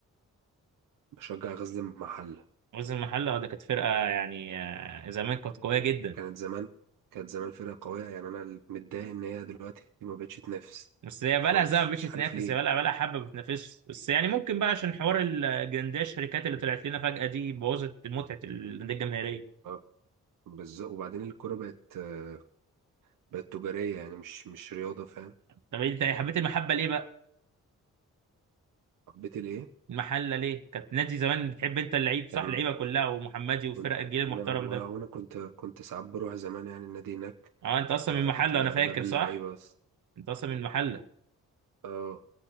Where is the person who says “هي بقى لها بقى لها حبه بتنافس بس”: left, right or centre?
Right